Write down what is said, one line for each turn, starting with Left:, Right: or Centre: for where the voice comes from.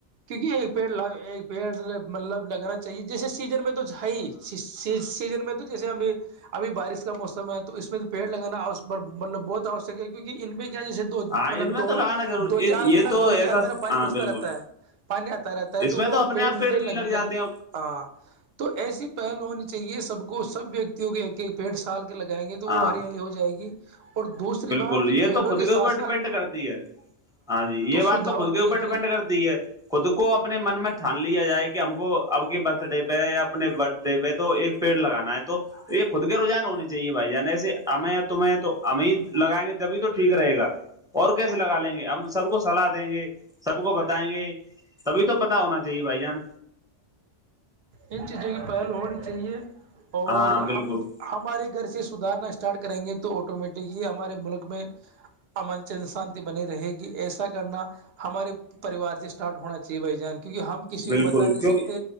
Right: کیونکہ ایک پیڑ ایک پیڑ مطلب لگانا چاہیے جیسے سیزن میں تو ہے ہی سی سیزن میں تو جیسے ہمیں ابھی بارش کا موسم ہے تو اس میں تو پیڑ لگانا مطلب بہت آوشیک ہے کیونکہ ان پہ کیا جیسے دو
Centre: ہاں
Right: مطلب
Centre: ان میں
Right: دو
Centre: تو لگانا ضرور
Right: دو
Centre: یہ
Right: چار مہینہ
Centre: تو
Right: دو
Centre: ایسا
Right: چار مہینہ پانی
Centre: ہاں
Right: برستتا
Centre: بالکل
Right: رہتا ہے پانی آتا رہتا ہے
Centre: اس
Right: تو
Centre: میں
Right: وہ
Centre: اپنے
Right: پیڑ
Centre: آپ
Right: لگ
Centre: بھی
Right: لگ
Centre: جاتے ہیں
Right: ہاں تو ایسی پہل ہونی چاہیے سب کو سب ویکتیوں کی ایک ایک پیڑ سال کے لگائیں گے تو
Centre: ہاں
Right: وہ ہریالی ہو جائے گی اور دوسری
Centre: بالکل
Right: بات
Centre: یہ
Right: پیڑوں
Centre: تو خود
Right: کے
Centre: اوپر
Right: ساتھ ساتھ
Centre: ڈیپینڈ کرتی ہے ہاں جی یہ
Right: شدھ
Centre: بات تو
Right: ہوا
Centre: خود
Right: ملے
Centre: کے اوپر
Right: گی
Centre: ڈیپینڈ کرتی ہے خود کو اپنے من میں ٹھان لیا جائے کہ ہم کو اب کے برتھ ڈے پہ یا اپنے برتھ ڈے پہ تو ایک پیڑ لگانا ہے تو تو یہ خود کے رجان ہونے چاہیے بھائی جان ایسے ہممیں تمہیں تو ہمیں <inaudible> لگائیں گے تبھی تو ٹھیک رہے گا اور کیسے لگا لیں گے ہم سب کو صلاح دیں گے سب کو بتائیں گے تبھی تو پتا ہونا چاہیے بھائی جان
Right: ان چیزوں کی پہلو ہونی چاہیے اور
Centre: ہاں بالکل
Right: ہم ہمارے گھر سے سدھارنا اسٹارٹ کریں گے تو آٹومیٹکلی ہمارے ملک میں امن چین شانتی بنی رہے گی ایسا کرنا ہمارے پریوار سے اسٹارٹ ہونا چاہیے بھائی جان کیونکہ ہم کسی
Centre: بالکل
Right: کو بتا نہیں
Centre: کیونکہ
Right: سکتے